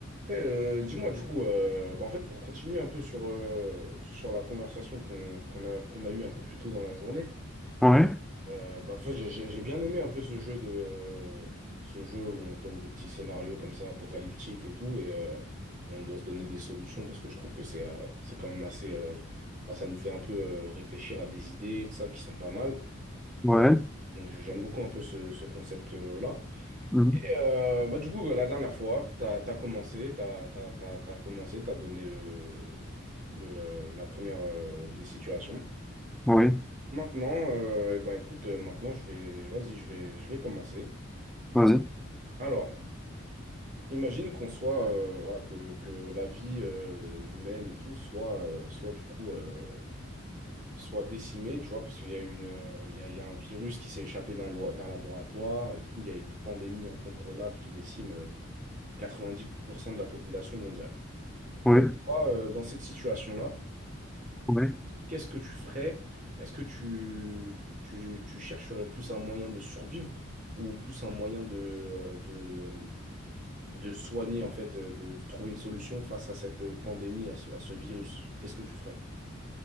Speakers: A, on the right (about 35°); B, in the centre.
A: Et, euh, dis-moi du coup, euh, bah, en fait, pour continuer un peu sur, euh, sur la conversation qu'on qu'on a, qu'on a eue un peu plus tôt dans la journée,
B: Ouais,
A: euh, bah, en fait, j'ai j'ai- j'ai bien aimé un peu ce jeu de, euh, ce jeu où on se donne des petits scénarios comme ça, apocalyptiques et tout, et, euh, et on doit se donner des solutions parce que je trouve que c'est euh, c'est quand même assez. euh, bah, ça nous fait un peu euh, réfléchir à des idées, de ça, qui sont pas mal.
B: ouais,
A: Euh, donc j'aime beaucoup un peu ce, ce concept-là.
B: mhm,
A: Euh, bah, du coup, la dernière fois, tu as, commencé, tu as, commencé, tu donné le, le, euh, la première euh, des situations.
B: oui,
A: Maintenant, euh, eh ben, écoute, euh, maintenant, je vais, vas-y, je vais, je vais commencer.
B: vas-y,
A: Alors, imagine qu'on soit, euh, voilà, que, que la vie euh, humaine et tout soit, euh, soit du coup, euh, soit décimée, tu vois, parce qu'il y a une, euh, il y a, il y a un virus qui s'est échappé d'un lo- d'un laboratoire et du coup, il y a une pandémie incontrôlable qui décime euh, 90% de la population mondiale.
B: oui,
A: Toi, euh, dans cette situation-là,
B: oui.
A: qu'est-ce que tu ferais? Est-ce que tu, tu, tu chercherais plus un moyen de survivre ou plus un moyen de, euh, de, euh, de soigner, en fait, euh, de, de trouver une solution face à cette euh, pandémie, à ce, à ce virus? Qu'est-ce que tu ferais?